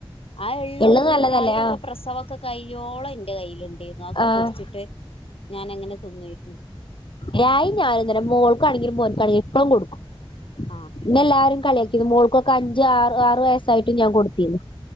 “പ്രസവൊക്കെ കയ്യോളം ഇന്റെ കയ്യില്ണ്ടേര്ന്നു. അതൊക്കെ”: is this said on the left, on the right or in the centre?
Left